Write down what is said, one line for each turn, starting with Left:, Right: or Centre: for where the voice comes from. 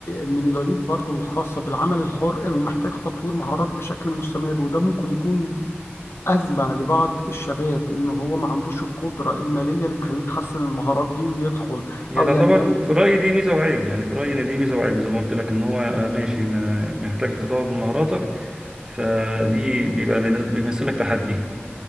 Left: من العيوب برضو الخاصة بالعمل الحر إنه محتاج تطوير مهارات بشكل مستمر وده ممكن يكون أزمة لبعض الشباب إنه هو ما عندوش القدرة المالية اللي تخليه يحسن المهارات دي ويدخل
Right: هي
Left: أو
Right: تعتبر
Left: يندمج
Right: في رأيي دي ميزة وعيب يعني في رأيي ان دي ميزة وعيب زي ما قلت لك ان هو آه، ماشي ما- محتاج تطور من مهاراتك فدي بيبقى بالنسبة- بيمثل لك تحدي